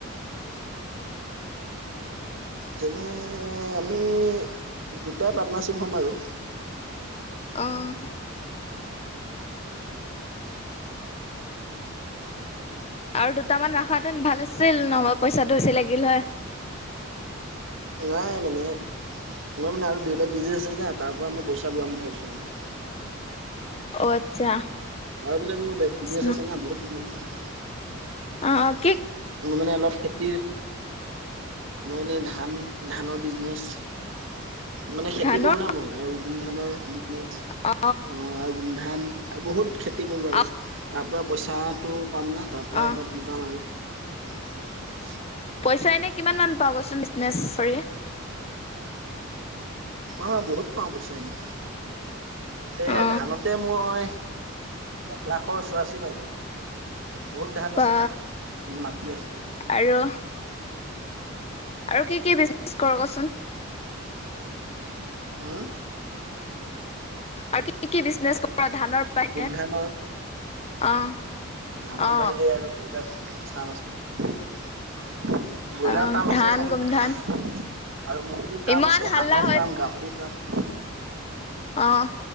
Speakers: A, on the right; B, on the left.
A: তেনে আমি দুটাই পাৰ্টনাৰশ্বিপ হ'ম আৰু।
B: অহ। আৰু দুটামান ৰাখাহেতেন ভাল আছিল নহবা পইচাটো বেছি লাগিল হয়।
A: নাই মানে মই মানে আৰু বেলেগ বিজনেছ আছে না, তাৰ পৰা মই পইচা লম বুলি ভাবিছোঁ আধা।
B: অ' আচ্ছা।
A: আৰু বোলে মোৰ বি- বিজনেছ
B: কৃষ্ণ
A: আছে না। বহুত বিজনেছ আছে মোৰ।
B: অ' অ'
A: মানে অলপ খেতিৰ মই এনেই ধান -ধানৰ বিজনেছ মানে খেতি
B: ধানৰ
A: কৰো না মই আৰু গোমধানৰ বিজনেছ
B: অ
A: অ আৰু গোমধান বহুত খেতি কৰো, আৰু
B: অ
A: তাৰ পৰা পইচাটো পাম না। তাৰ পৰাই
B: অ
A: অলপ লগাম আৰু। <inaudible>
B: পইচা এনে কিমানমান পাৱ কচোন বিজনেছ কৰি?
A: অ বহুত পাওঁ পইছা এনে। এয়া
B: অ
A: ধানতে মই এক লাখৰ ওচৰা-ওচৰি পাই যাওঁ। বহুত ধান
B: বা
A: আছে না। মাটি আছে।
B: আৰু আৰু কি কি বিজনেছ কৰোঁ কচোন
A: হুম
B: আৰু কি কি বিজনেচ কৰা ধানৰ বাহিৰে
A: গোমধানৰ
B: অ
A: ধানৰ
B: অ
A: বাহিৰে আৰু দুয়োটা ফেক্টৰীত কাম আছে মোৰ। ব্ৰইলাৰ
B: অ
A: ফাৰ্ম
B: ধান
A: আছে এখন। আৰু
B: গোমধান
A: মূৰ্গীৰ ফাৰ্ম
B: ইমান
A: আছে।
B: হাল্লা
A: হাঁহৰ ফাৰ্ম, গাহৰি ফাৰ্ম
B: অহ।